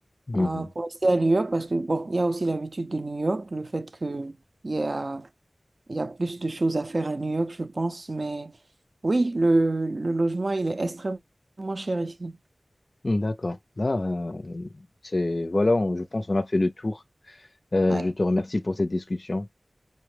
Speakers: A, on the left; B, on the right.
A: Mhm.
B: euh, pour rester à New York parce que, bon, il y a aussi l'habitude de New York, le fait que il y a, il y a plus de choses à faire à New York, je pense. Mais oui, le, le logement, il est extrêmement cher ici.
A: D'accord. Là, euh, c'est voilà, on- je pense qu'on a fait le tour. Euh,
B: Ouais,
A: je te remercie pour cette discussion.